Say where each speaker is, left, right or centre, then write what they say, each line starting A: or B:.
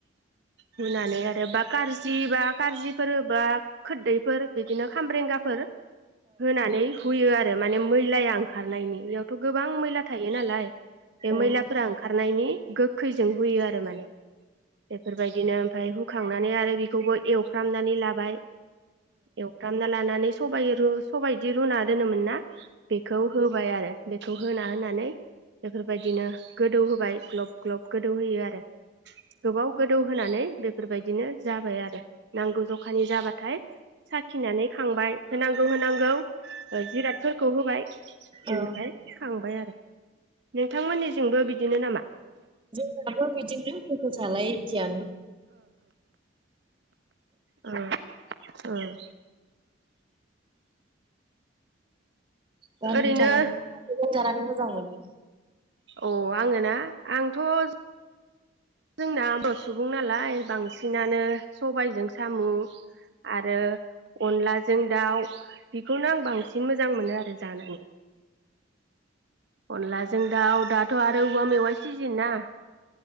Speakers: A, on the right; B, on the right.
A: हुनानै आरो बा कारजिबा खारजिफोर बा खोरदैफोर बिदिनो खामब्रेंगाफोर होनानै हुयो आरो माने मैलाया ओंखारनायनि बेयाव थ' गोबां मैला थायो नालाय बे
B: औ
A: मैलाफोरा ओंखारनायनि गोखैजों हुयो आरो माने बेफोरबायदिनो ओमफ्राय हु हुखांनानै आरो बेखौबो एवफ्रामनानै लाबाय एवफ्रामना लानानै सबाइ रु सबायदि रुना दोनोमोन ना बेखौ होबाय आरो बेखौ होना होनानै बेफोरबायदिनो गोदौ होबाय ग्लब ग्लब गोदौहोयो आरो गोबाव गोदौ होनानै बे बेफोरबायदिनो जाबाय आरो नांगौ ज'खानि जाबाथाय साखिनानै खांबाय होनांगौ होनांगौ जिरादफोरखौ होबाय बिनिफ्राय
B: औ
A: खांबाय आरो नोंथांमोननिजोंबो बिदि बिदिनो नामा
B: जोंनाबो बिदिनो <unintelligible>
A: उम उम
B: अ
A: ओरैनो
B: नोंथाङा मा मा मैगं जानानै मोजां मोनो? <inaudible>
A: औ आङो ना आंथ' जोंनाबो सुबुं नालाय बांसिनानो सबायजों साम' आरो अनलाजों दाउ बेखौनो आं बांसिन मोजां मोनो आरो जानानै अनदलाजों दाउ दाथ' आरो औवा मेवाय सिजेनना